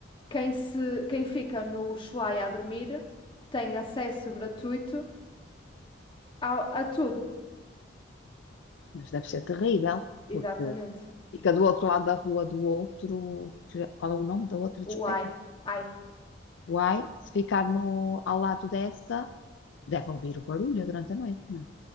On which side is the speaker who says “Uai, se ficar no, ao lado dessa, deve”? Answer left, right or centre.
Left